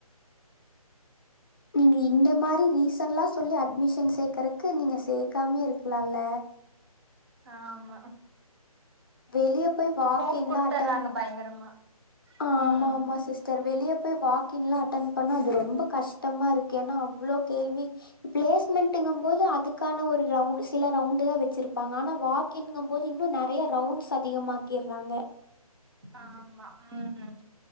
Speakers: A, on the left; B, on the right.
A: நீங்க இந்த மாரி ரீசன்ல்லா சொல்லி அட்மிஷன் சேக்கறக்கு நீங்க சேக்காமயே இருக்க லால்ல
B: ஆமா
A: வெளிய போய் வாக்கின்லா
B: ஹோப் குடுத்தர்றாங்க
A: அட்டன்
B: பயங்கரமா
A: ஆமா
B: ம்
A: ஆமா சிஸ் சார் வெளிய போய் வாக்கின்லா அட்டென் பண்ணா அது ரொம்ப கஷ்டமா இருக்கு ஏன்னா அவ்வளோ கேள்வி பிளேஸ்மெண்ட்டுங்கும் போது அதுக்கான ஒரு ரவுன் சில ரவுண்டு தா வெச்சிருப்பாங்க ஆனா வாக் க்கின்கும்போது இன்னு நறைய ரவுண்ட்ஸ் அதிகமாக்கிறாங்க
B: ஆமா ம்